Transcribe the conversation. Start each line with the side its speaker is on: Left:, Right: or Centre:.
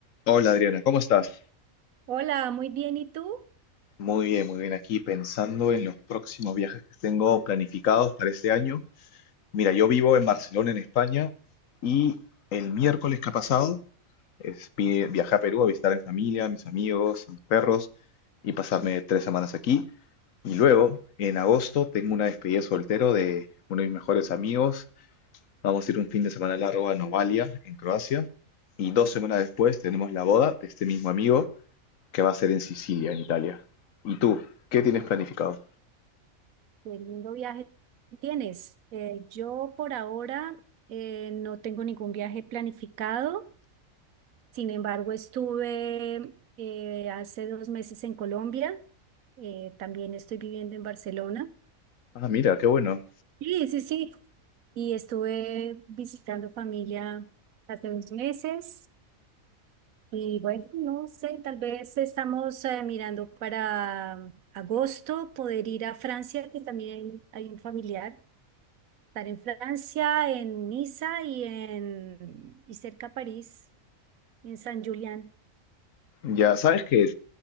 Left: Hola Adriana, ¿cómo estás?
Right: Hola, muy bien. ¿Y tú?
Left: Muy bien, muy bien. Aquí pensando en los próximos viajes que tengo planificados para este año. Mira, yo vivo en Barcelona, en España, y el miércoles que ha pasado es, vi- viajé a Perú a visitar a mi familia, a mis amigos, a mis perros y pasarme tres semanas aquí. Y luego, en agosto, tengo una despedida de soltero de uno de mis mejores amigos. Vamos a ir un fin de semana largo a Novalia, en Croacia. Y dos semanas después tenemos la boda de este mismo amigo. que va a ser en Sicilia, en Italia. ¿Y tú? ¿Qué tienes planificado?
Right: Qué lindo viaje tienes. Eh, yo por ahora eh, no tengo ningún viaje planificado. Sin embargo, estuve eh, hace dos meses en Colombia. Eh, también estoy viviendo en Barcelona.
Left: Ah, mira, qué bueno.
Right: Sí, sí, sí. Y estuve visitando familia hace dos meses. Y bueno, no sé, tal vez estamos eh, mirando para agosto poder ir a Francia, que también hay un familiar Estar en Francia, en Niza y en y cerca a París, en San Julián.
Left: Ya sabes que